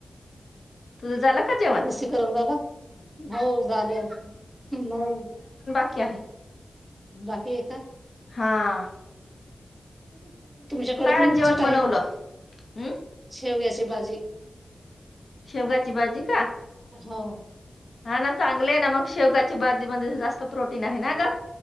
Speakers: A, on the left; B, on the right.
A: तुझं झालं का जेवण?
B: लसीकरण झालं? हो झालं हो
A: की आहे.
B: बाकी य का
A: हा.
B: हम् तुमच्याकडे
A: तू काय
B: पण
A: आज
B: विजत
A: जेवण
B: आहे
A: बनवलं?
B: का
A: हम्म
B: के हो ग्या स बाजी
A: शेवगाची बाजी का
B: हो
A: हा ना चांगले आहे ना मग शेवगाची बाजीमध्ये जास्त प्रोटीन आहे ना ग